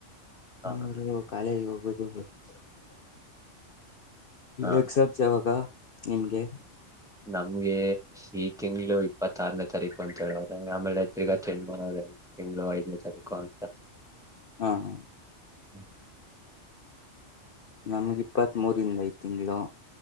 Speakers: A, in the centre; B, on the left.
A: ಹ
B: ಅವರು ಕಾಲೇಜ್ ಹೋಗು <unintelligible>
A: ಹ
B: ಎಕ್ಸಾಮ್ ಯಾವಾಗ ನಿಂಗೆ
A: ನಮ್ಗೆ <unintelligible> ತಿಂಗಳು ಇಪ್ಪತ್ತಾರನೇ ತಾರೀಕು ಅಂತ ಹೇಳವ್ರೆ ಆಮೇಲೆ ತಿರ್ಗ ಚೇಂಜ್ ಮಾಡವ್ರೆ ತಿಂಗ್ಳು <unintelligible> ಐದನೇ ತಾರೀಕು ಅಂತ
B: ಹಾ ಹಾ
A: <unintelligible>
B: ನಮ್ಗೆ ಇಪ್ಪತ್ತ್ ಮೂರಿಂದ ಈ ತಿಂಗಳು